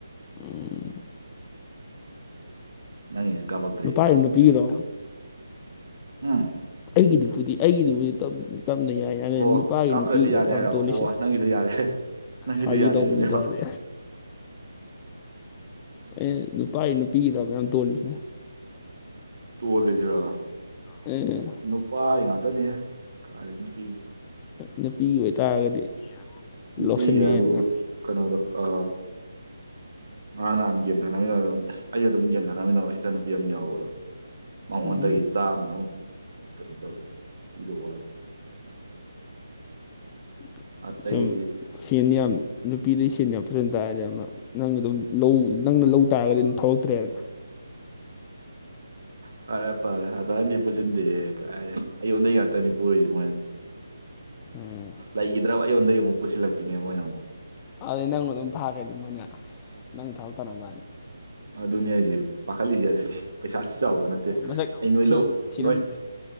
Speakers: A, on the left; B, on the right.
A: ꯎꯝ
B: ꯅꯪꯒꯤꯁꯨ ꯀꯥꯞꯄꯛꯇ꯭ꯔꯤ
A: ꯅꯨꯄꯥꯒ ꯅꯨꯄꯤꯒꯗꯣ
B: ꯎꯝ
A: ꯑꯩꯒꯤꯗꯨꯗꯨꯗꯤ ꯑꯩꯒꯤꯗꯨꯕꯨꯗꯤ ꯇꯞꯅ ꯌꯥꯏ ꯌꯥꯝ
B: ꯑꯣ
A: ꯅꯨꯄꯥꯒꯤ
B: ꯀꯥꯞꯇ꯭ꯔꯁꯨ
A: ꯅꯨꯄꯤꯗ
B: ꯌꯥꯔꯦ
A: ꯌꯥꯝ
B: ꯍꯥꯏꯔꯣ
A: ꯇꯣꯜꯂꯤꯁꯦ
B: ꯑꯣ ꯅꯪꯒꯤꯗꯣ ꯌꯥꯔꯦ ꯅꯪꯒꯤꯗꯣ
A: ꯐꯒꯤ
B: ꯌꯥꯔꯦ
A: ꯇꯧꯕꯅꯤ
B: ꯁꯤꯅꯦꯕ
A: ꯇꯔꯦ ꯑꯦ ꯅꯨꯄꯥꯒꯤ ꯅꯨꯄꯤꯒꯤꯗ ꯃꯌꯥꯝ ꯇꯣꯜꯂꯤꯁꯤꯅꯦ
B: ꯇꯣꯜ ꯂꯤꯖꯤꯔꯥ
A: ꯑꯦ
B: ꯅꯨꯄꯥ ꯉꯥꯛꯇꯅꯦ ꯀꯥꯔꯤ ꯅꯨꯄꯤ
A: ꯅꯨꯄꯤꯒꯤ ꯑꯣꯏꯇꯥꯔꯒꯗꯤ
B: ꯅꯨꯅꯤꯄꯤꯒꯤ
A: ꯂꯧꯁꯟ ꯌꯥꯏꯗꯅ
B: ꯍꯥꯏꯕꯕꯨ ꯀꯩꯅꯣꯗꯣ ꯑ ꯉꯔꯥꯡꯅꯍꯥꯟꯟꯒꯤ ꯌꯦꯟꯅꯃꯤꯟꯅꯕ ꯑꯗꯨꯝ ꯑꯩ ꯑꯗꯨꯝ ꯌꯦꯟꯅꯃꯤꯟꯅꯕ ꯏꯆꯟ ꯅꯨꯄꯤ ꯑꯃ ꯌꯥꯎꯕꯗꯣ ꯃꯉꯣꯟꯗꯒꯤ
A: ꯎꯝ
B: ꯆꯥꯃꯃꯨ ꯀꯩꯅꯣ ꯇꯧꯋꯦ ꯄꯤꯗꯧꯋꯥꯠꯂꯤ
A: <unintelligible>
B: ꯑꯠꯇ
A: ꯁꯨꯝ
B: ꯑꯩꯗꯤ
A: ꯁꯦꯟ ꯌꯥꯝꯃꯤ ꯅꯨꯄꯤꯗ ꯁꯦꯟ ꯌꯥꯝ ꯐꯖꯟ ꯇꯥꯔꯗꯤ ꯑꯃ ꯅꯪꯅ ꯑꯗꯨꯝ ꯅꯪꯅ ꯂꯧ ꯇꯥꯔꯒꯗꯤ ꯑꯗꯨꯝ ꯊꯧꯂꯛꯇ꯭ꯔꯦꯗꯅ
B: ꯐꯔꯦ ꯐꯔꯦ ꯑꯗꯨꯗ ꯑꯗꯤ ꯄꯨꯁꯤꯟꯗꯦ ꯀꯥꯏꯔꯦ ꯑꯩꯌꯣꯟꯗ ꯉꯥꯛꯇꯅꯤ ꯄꯨꯔꯤꯁꯦ ꯃꯣꯏꯅ
A: ꯎꯝ
B: ꯂꯩꯈꯤꯗ꯭ꯔꯕ ꯑꯩꯉꯣꯟꯗꯒꯤ ꯑꯃꯨꯛ ꯄꯨꯁꯤꯜꯂꯛꯄꯤꯅꯦ ꯃꯣꯏꯅ ꯑꯃꯨꯛ
A: ꯑꯗꯨꯗꯩ ꯅꯪꯕꯨ ꯑꯗꯨꯝ ꯐꯥꯈ꯭ꯔꯅꯤ ꯃꯣꯏꯅ ꯅꯪ ꯊꯕꯛꯇꯅꯕꯅꯕ ꯍꯥꯏꯅ
B: ꯑꯗꯨꯅꯦ ꯑꯩꯁꯦ ꯄꯥꯈꯠꯂꯤꯁꯦ ꯑꯗꯨꯅꯤ ꯄꯩꯁꯥꯁꯨ ꯆꯥꯎꯕ ꯅꯠꯇꯦ
A: ꯃꯁꯛ
B: ꯑꯩ ꯅꯣꯏ
A: ꯊꯤ
B: ꯂꯧ
A: ꯊꯤꯔꯝ
B: ꯅꯣꯏ